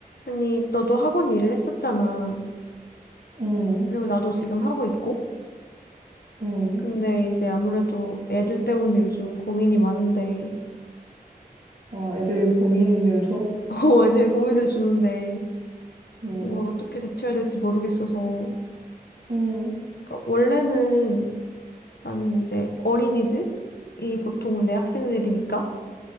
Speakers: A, on the left; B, on the right.
A: 아니, 너도 학원 일을 했었잖아.
B: 음,
A: 그리고 나도 지금 하고 있고.
B: 음.
A: 근데 이제 아무래도 애들 때문에 요즘 고민이 많은데,
B: 와, 애들이 고민을 줘?
A: <laughs> 어, 애들이 고민을 주는데,
B: 음,
A: 이걸 어떻게 대처해야 될지 모르겠어서.
B: 음,
A: 그러니까 원래는 나는 이제 어린이들이 보통 내 학생들이니까